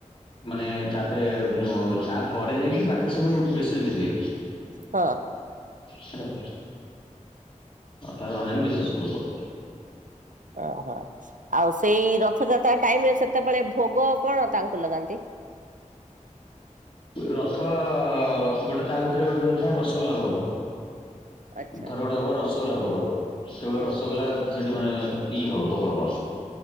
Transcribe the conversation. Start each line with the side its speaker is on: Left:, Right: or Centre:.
Left: ମାନେ ତାପରେ ତା ପରେ ଯାଇକି ବାକି ସବୁ ବେଶନେବେ।
Right: ହଁ
Left: ହେଲା ତାର ଅନଲାଇନ ମେସେଜ ହବ।
Right: ଓହୋ ଆଉ ସେଇ ରଥଯାତ୍ରା ଟାଇମ ରେ ସେତେବେଳେ ଭୋଗ କଣ ତାଙ୍କୁ ଲଗାନ୍ତି?
Left: ରଥ ଗୋଟେ ତା ଭିତରେ ଗୋଟେ ଥାଏ ରସଗୋଲା ଭୋଗ।
Right: ଆଚ୍ଛା
Left: ଧର ଗୁଡା ହବ ରସଗୋଲା ଭୋଗ କେବଳ
Right: ହୁଁ
Left: ରସଗୋଲା ସେଇଠି ମାନେ ଇଏ ହେବ ଭୋଗ